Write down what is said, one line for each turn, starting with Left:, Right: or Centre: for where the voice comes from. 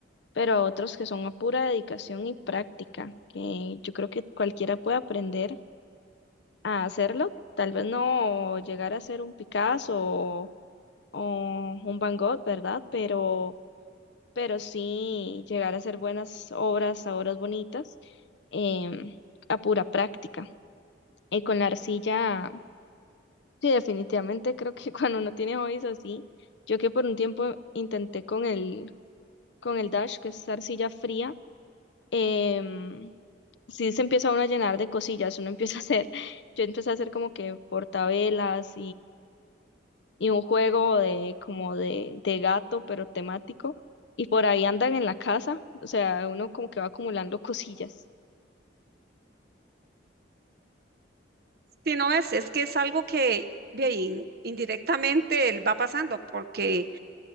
Left: pero a otros que son a pura dedicación y práctica, que yo creo que cualquiera puede aprender a hacerlo. Tal vez no llegar a ser un Picasso o un Van Gogh, ¿verdad? Pero, pero sí llegar a hacer buenas obras, a obras bonitas, em, a pura práctica. Y con la arcilla, sí, definitivamente creo que <laughs> cuando uno tiene hobbies así, yo que por un tiempo intenté con el, con el Dash, que es arcilla fría, em, sí se empieza uno a llenar de cosillas, uno <laughs> empieza a hacer, <laughs> yo empecé a hacer como que portavelas y un juego de como de, de gato, pero temático. Y por ahí andan en la casa, o sea, uno como que va acumulando cosillas.
Right: Si no ves, es que es algo que bien, indirectamente él va pasando porque